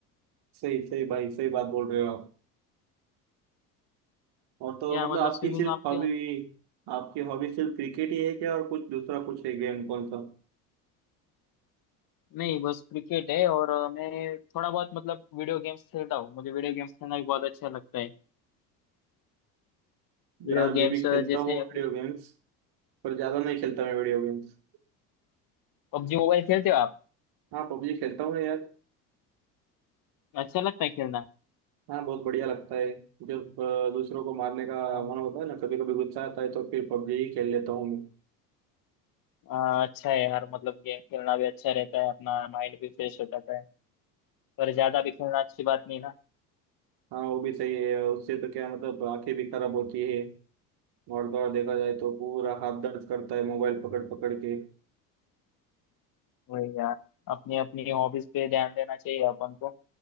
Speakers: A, on the right; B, on the left.
A: सही सही भाई सही बात बोल रहे हो आप और तो
B: क्या
A: मतलब
B: मतलब
A: आपकी
B: स्विमिंग
A: सिर्फ
B: आपके
A: हॉबी आपकी हॉबी सिर्फ क्रिकेट ही है क्या और कुछ दूसरा कुछ है गेम कौन सा
B: नहीं बस क्रिकेट है और अ, मैं थोड़ा बहुत मतलब वीडियो गेम्स खेलता हूँ मुझे वीडियो गेम्स खेलना भी बहुत अच्छा लगता है वीडियो
A: यार मैं
B: गेम्स
A: भी खेलता
B: जैसे
A: हूँ वीडियो
B: अपने
A: गेम्स पर ज्यादा नहीं खेलता मैं वीडियो गेम्स
B: पबजी मोबाइल खेलते हो आप
A: हाँ पबजी खेलता हूँ यार
B: अच्छा लगता है खेलना
A: हाँ बहुत बढ़िया लगता है जब अ, दूसरों को मारने का
B: अ,
A: मन होता है ना कभी कभी गुस्सा आता है तो फिर पबजी ही खेल लेता हूँ मैं
B: अ, अच्छा है यार मतलब गेम खेलना भी अच्छा रहता है अपना माइंड भी फ्रेश हो जाता है पर ज्यादा भी खेलना अच्छी बात नहीं
A: हाँ वो भी सही है उससे तो क्या मतलब आंखें भी खराब होती है और तो और देखा जाए तो पूरा
B: ना
A: हाथ दर्द करता है मोबाइल पकड़ पकड़ के
B: वही यार अपनी अपनी हॉबीज पे ध्यान देना चाहिए अपन को